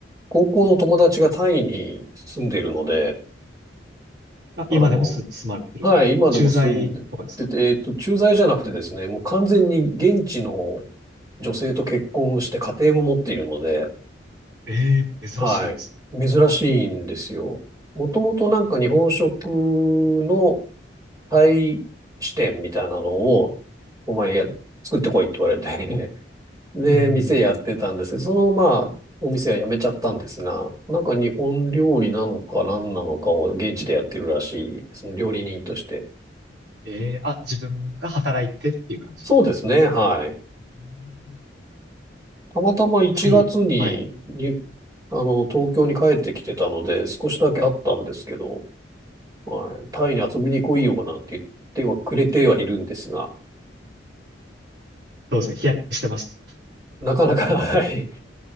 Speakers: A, on the right; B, on the right.
A: 高校の友達がタイに住んでいるので、
B: あ、
A: あの、
B: 今でもす、住まれてる。
A: はい、今でも住んでて、
B: 駐在とかですか
A: えっと、駐在じゃなくてですね、もう完全に現地の女性と結婚して家庭も持っているので、
B: ええー珍しいです。
A: はい、珍しいんですよ。もともとなんか日本食のタイ支店みたいなのを、お前や、作ってこいって言われて <laughs> で、
B: うん。
A: 店やってたんですけど、そのまあ、お店は辞めちゃったんですが、なんか日本料理なのか何なのかを現地でやってるらしいですね、料理人として。
B: ええーあ、自分が働いてっていう感じ。
A: そうですね、はい。
B: うん
A: たまたま1月に、
B: タイ、はい。
A: に、あの、東京に帰ってきてたので、少しだけあったんですけど、はい、タイに遊びに来いよなんて言ってはくれてはいるんですが、
B: どうですか日焼けしてまし
A: なかなか、はい。